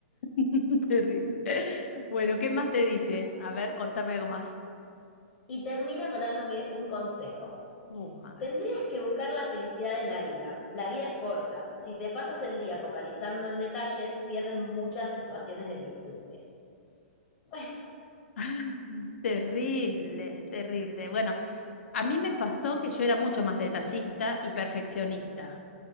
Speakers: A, on the left; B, on the left.
A: <laughs> terrible. Bueno, ¿qué más te dice? A ver, contame algo más.
B: Y termino dándome un consejo.
A: Uh, a ver.
B: Tendrías que buscar la felicidad en la vida. La vida es corta. Si te pasas el día focalizando en detalles, pierdes muchas situaciones de disfrute. Bueno.
A: <laughs> Terrible, terrible. Bueno, a mí me pasó que yo era mucho más detallista y perfeccionista.